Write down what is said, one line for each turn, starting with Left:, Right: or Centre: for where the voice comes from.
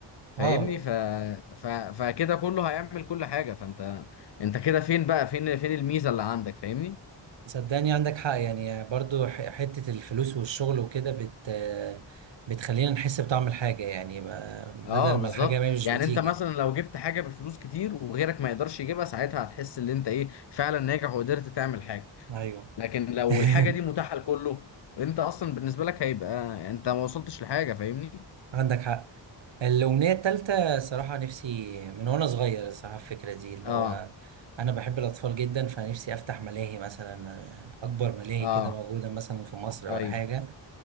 Left: فاهمني
Right: أه
Left: ف... ف... فكده كله هيعمل كل حاجه فانت انت كده فين بقى فين فين الميزه اللي عندك فاهمني
Right: صدقني عندك حق يعني برضو ح- حتة الفلوس والشغل وكده بت بتخلينا نحس بطعم الحاجة يعني ما- بدل
Left: اه بالظبط
Right: ما الحاجة ما مش
Left: يعني
Right: بتيجي
Left: انت مثلا لو جبت حاجه بفلوس كتير وغيرك ما يقدرش يجيبها ساعتها هتحس ان انت ايه فعلا ناجح وقدرت تعمل حاجه
Right: أيوة
Left: لكن لو
Right: <laughs>
Left: الحاجه دي متاحه لكله انت اصلا بالنسبه لك هيبقى انت ما وصلتش لحاجه فاهمني
Right: عندك حق الأمنية التالتة صراحة نفسي من وأنا صغير صراحة الفكرة دي اللي
Left: اه
Right: هو أنا بحب الأطفال جدا فنفسي أفتح ملاهي مثلا أكبر ملاهي
Left: اه
Right: كده موجودة مثلا في مصر
Left: ايوه
Right: ولا حاجة